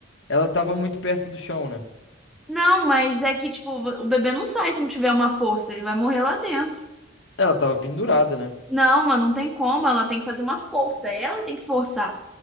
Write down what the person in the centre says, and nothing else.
Não, mas é que, tipo, o bebê não sai se não tiver uma força, ele vai morrer lá dentro.
Não, mas não tem como, ela tem que fazer uma força, ela tem que forçar.